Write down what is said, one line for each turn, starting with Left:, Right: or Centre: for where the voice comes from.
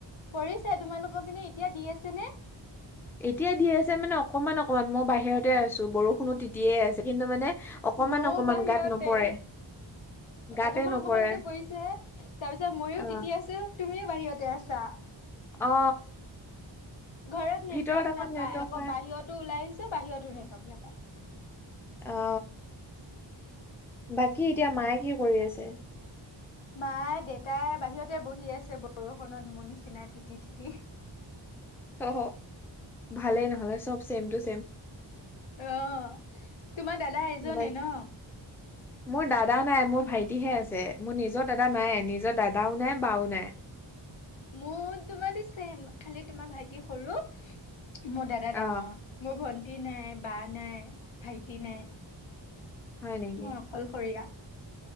Left: পঢ়িছা তোমালোকক পিনে এতিয়া দি আছে নে
Centre: এতিয়া দি আছে মানে অকমান অকনমান মই বাহিৰতে আছো বৰষুণো তিয়ে আছে কিন্তু মানে অকমান
Left: মইও
Centre: অকমান
Left: বাহিৰতে
Centre: গাত নপৰে গাতে
Left: অকমান
Centre: নপৰে
Left: অকমানকে পৰিছে তাৰ পিছত মইো
Centre: অ
Left: তিতি আছো তুমিও বাহিৰতে আছা
Centre: অ
Left: ঘৰত নেটৱৰ্ক
Centre: ভিতৰত আকৌ
Left: নাপাই
Centre: নেটৱৰ্ক
Left: আকৌ
Centre: পাই
Left: বাহিৰতো ওলাই আহিছে যে বাহিৰতো নেৱৰ্ক নাপায়
Centre: অ বাকী
Left: উম,
Centre: এতিয়া মায়ে কি কৰি আছে
Left: মায় দেউেতাই বাহিৰতে বহি আছে বৰষুণত মোৰ নিচিনা তিতি তিতি
Centre: অ ভালেই নহলে চব চেম টু চছেম
Left: আহ তোমাৰ দাদা এজনে
Centre: বাক
Left: ন?
Centre: মোৰ দাদা নাই মোৰ ভাইটিহে আছে মোৰ নিজৰ দাদা নাই নিজৰ দাদাও নাই বাও নাই।
Left: মোৰ তোমাৰ দিছেম খালি তোমাৰ ভাইটি সৰু মোৰ দাদা
Centre: অ
Left: ডাঙৰ। মোৰ ভণ্টি নাই বা নাই ভাইটি নাই।
Centre: হয় নেকি?
Left: মই অকলশৰীয়া।